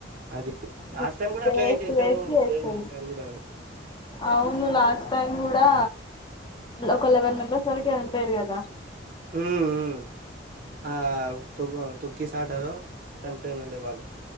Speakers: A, on the right; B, on the left.
A: అది లాస్ట్
B: మొత్తం
A: టైమ్ కూడా
B: వేస్ట్
A: అట్లనే చేశారు
B: వేస్ట్ చేస్తారు
A: సేమ్ ఈసారి కూడా అది
B: అవును లాస్ట్ టైం కూడా ఒక లెవెన్ నెంబర్స్ వరికి వెళ్లిపోఇర్రు కదా
A: హ్మ్ హ్మ్ ఆ తొవ్వ తొక్కిసాటలో చనిపోయినుండే వాళ్ళు